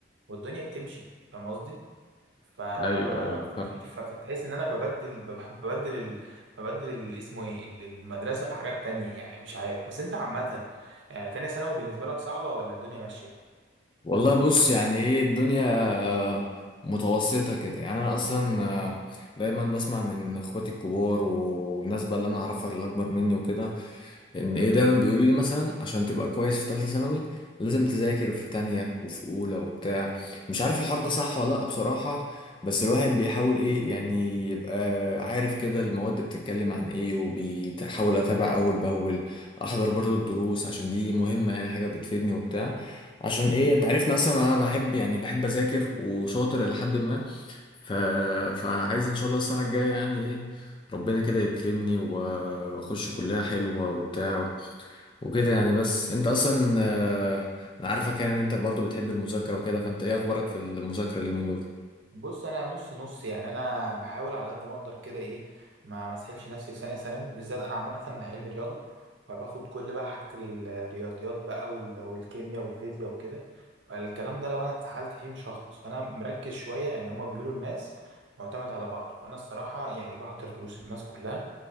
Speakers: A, on the right; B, on the left.
A: والدنيا بتمشي فاهم قصدي ف... ففي-
B: ايوه ايوه
A: ف... فتحس ان انا ببدل بب- ببدل ال... ببدل ال... اسمه ايه ال- المدرسه بحاجات تانية يعني مش عارف بس انت عامه آه، تانية ثانوي بالنسبه لك صعبه ولا الدنيا ماشيه
B: والله بص يعني ايه الدنيا آه، متوسطة كده يعني انا اصلا آه، دايما بسمع من اخواتي الكبار والناس بقى اللي انا اعرفها اللي اكبر مني وكده ان ايه دايما بيقولوا لي مثلا عشان تبقى كويس في ثالثه ثانوي لازم تذاكر في تانية وفي اولى وبتاع مش عارف الحوار ده صح ولا لا بصراحه بس الواحد بيحاول ايه يعني يبقى عارف كده المواد بتتكلم عن ايه وبيحاول اتابع اول باول احضر برضه الدروس عشان دي مهمه يعني حاجه بتفيدني وبتاع عشان ايه انت عارفني اصلا انا بحب يعني بحب اذاكر وشاطر الى حد ما ف... فعايز ان شاء الله السنه الجايه يعني ايه ربنا كده يكرمني واخش كلها حلوة وبتاع وكده يعني بس انت اصلا آه، انا عارفك يعني ان انت برضو بتحب المذاكرة وكده فانت ايه اخبارك في المذاكرة اليومين دول
A: بص انا نص نص يعني انا بحاول على قد ما اقدر كده ايه ما مسحلش نفسي في ثانيه ثانوي بالذات انا عامه علم رياضه فباخد كل بقى حاجه الرياضيات بقى وال- والكيمياء والفيزياء وكده فالكلام ده لو انا اتسحلت فيه مش هخلص فانا مركز شويه يعني هما بيقولوا الماس معتمد على بعضه فانا الصراحه يعني بحضر دروس الماس كلها